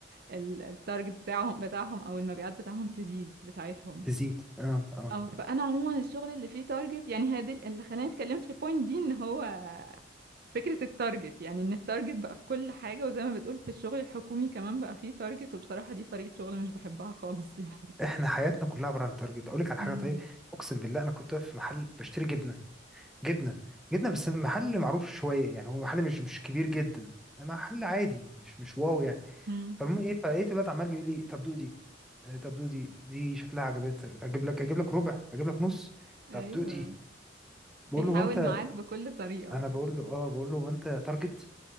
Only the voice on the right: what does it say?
ال التارجت بتاعهم بتاعهم او المبيعات بتاعهم تزيد بتاعتهم
اه فانا عموما الشغل اللي فيه تارجت يعني هي دي اللي خلاني اتكلمت في البوينت دي ان هو فكرة التارجت يعني ان التارجت بقى في كل حاجة وزي ما بتقول في الشغل الحكومي كمان بقى فيه تارجت وبصراحة دي طريقة شغل مش بحبها خالص <laughs> يعني
مم.
مم.
ايوه
بيحاول
معاك بكل طريقة
يعني